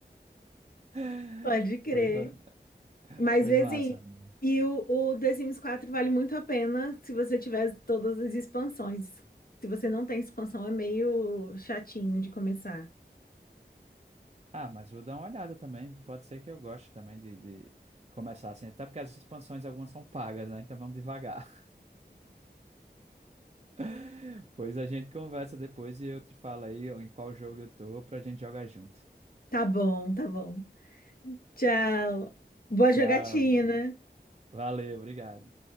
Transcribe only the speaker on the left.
Pode crer.
Mas,
assim,
e o, o The Sims 4 vale muito a pena se você tiver todas as expansões. Se você não tem expansão, é meio chatinho de começar.
Tá bom, tá bom. Tchau. Boa
jogatina.